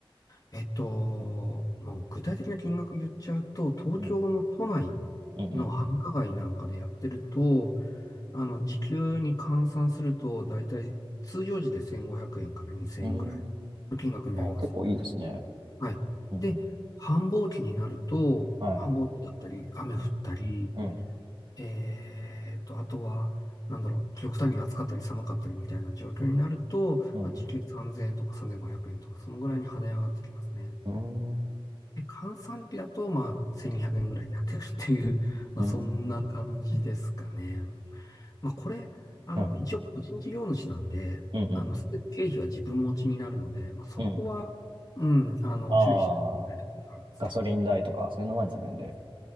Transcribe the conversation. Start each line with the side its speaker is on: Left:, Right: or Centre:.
Left: えっと、
Right: うん、
Left: もう具体的な金額言っちゃうと、東京の都内
Right: うん、うん、
Left: の繁華街なんかでやってると、あの、時給に換算すると、だいたい通用時で1500円から2000円ぐらいの金額になります。
Right: うん。うーんあ、結構いいですね。
Left: はい。
Right: うんうん。
Left: で、繁忙期になると、
Right: はい。
Left: 繁忙期だったり、雨降ったり、
Right: うん。
Left: えーと、あとは、なんだろう、極端に暑かったり寒かったりみたいな状況になると、
Right: うん。
Left: まあ、時給3000円とか3500円とか、そのぐらいに跳ね上がってきますね。
Right: うん。
Left: で、換算期だと、まあ、1200円ぐらいになってるっていう、<laughs> まあ、
Right: うん。
Left: そんな感じですかね。まあ、これ、あの、
Right: はい。
Left: 一応個人事業主なんで、
Right: うん。
Left: あの、
Right: うん。
Left: 全て経費は自分持ちになるので、まあ、そこは、
Right: うん。
Left: うん、あの、
Right: ああ、
Left: 注意しないといけないところであるんですけど、
Right: ガソリン代とか、そういうのは自分で。